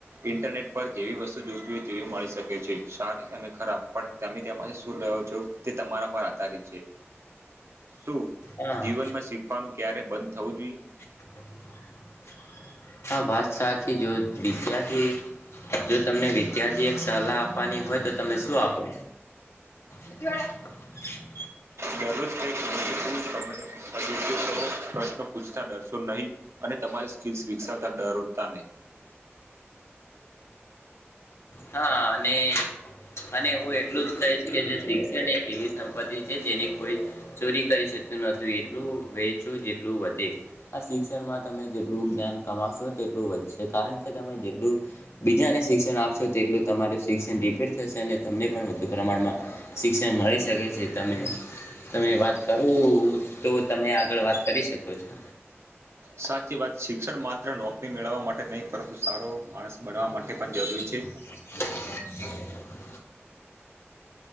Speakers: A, on the right; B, on the left.
A: ઇન્ટરનેટ પર જેવી વસ્તુ જોતી હોય તેવી મળી શકે છે સારી અને ખરાબ પણ તમે તેમાંથી શું રહ્યો છો તે તમારા પર આધારિત છે શું
B: હા
A: જીવનમાં શીખવાનું ક્યારે બંધ થવું જોઈએ.
B: <inaudible> હા બસ સા. જો વિદ્યાર્થી જો તમને. ત્યાંથી એક સલાહ આપવાની. હોય તો તમે શું આપો. એડા <inaudible>
A: દરરોજ કઈકું તને પ પ્રશ્ન પૂછતા ડરશો ન. નહી અને તમારી સ્કસ વિકસાવતા ડરોતા નહીં.
B: હા અને. અને હું એટલું જ કહીશ કે જે શિક્ષણ એક એવી સંપતિ છે જેની કોઈ ચોરી કરી શકતું નથી એટલું વેચો જેટલું વધે આ શિક્ષણમાં તમે જેટલું જ્ઞાન કમાશો તેટલું વધશે કારણ કે તમે જેટલું બીજાને શિક્ષણ આપશો. તેટલું તમારું શિક્ષણ ડિપીટ થશે અને તમને પણ વધુ પ્રમાણમાં શિક્ષણ મળી શકે છે તમે તમે વાત કરો તો તમે આગળ વાત કરી શકો છો.
A: સાચી વાત શિક્ષણ માત્ર નોકરી મેળવવા માટે નહીં પરંતુ સારો માણસ બનવા માટે પણ જરૂરી છે.
B: <inaudible>